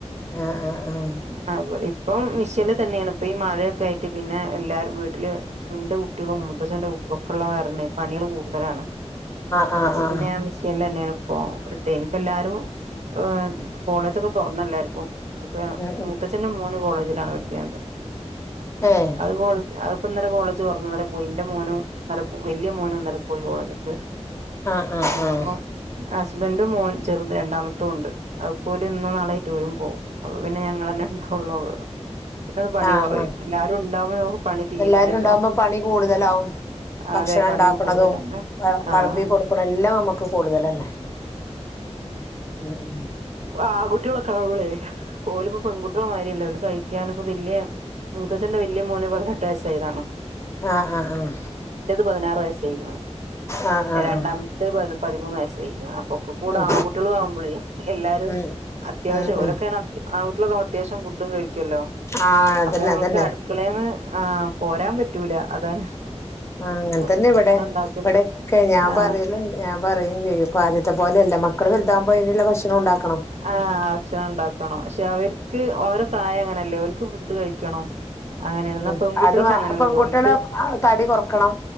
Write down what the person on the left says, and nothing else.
ആഹ് ആഹ് ആഹ്
ആഹ് ആഹ്
ആഹ് ആഹ്
ഉം ഉം
ഏഹ്
ആഹ് ആഹ്
ആഹ്
ആഹ്
ആഹ്
എല്ലാരും ഉണ്ടാവുമ്പോ പണി കൂടുതലാവും ഭക്ഷണം
ഉണ്ടാക്കണതും
വ വിളമ്പി
കൊടുക്കണ എല്ലാം നമ്മുക്ക് കൂടുതലന്നെ വേറെന്ന
ആഹ് ആഹ് ആഹ്
ആഹ്
ആഹ്
ആഹ്
ഉം
ഉം
ഉം
ഉം
ആഹ് അതന്നെ
അതന്നെ
ആഹ് അങ്ങനെ തന്നെ
ഇവിടെ
ഇവിടൊക്കെ ഞാൻ
പറലുണ്ട് ഞാൻ പറയും ചെയ്യും ഇപ്പാ ആദ്യത്തെ പോലെ അല്ല മക്കൾ വലുതാൻ പോ അതിനുള്ള ഭക്ഷണം ഉണ്ടാക്കണം
ആ
അതു അ
പെൺകുട്ടികളെ
ആ തടി കൊറക്കണം